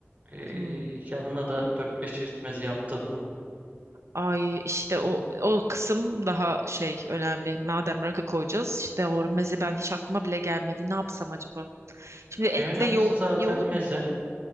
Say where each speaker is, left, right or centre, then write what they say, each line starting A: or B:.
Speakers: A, on the right (about 30°); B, on the right (about 85°).
A: Ee,
B: Hmm.
A: yanına da dört beş çeşit meze yaptın mı?
B: Ay işte
A: Güzel.
B: o o kısım daha şey önemli. Madem rakı koyacağız işte o meze ben hiç aklıma bile gelmedi. Ne yapsam acaba? Şimdi etle
A: En önemlisi
B: yoğurt
A: zaten
B: iyi olur
A: meze.
B: mu?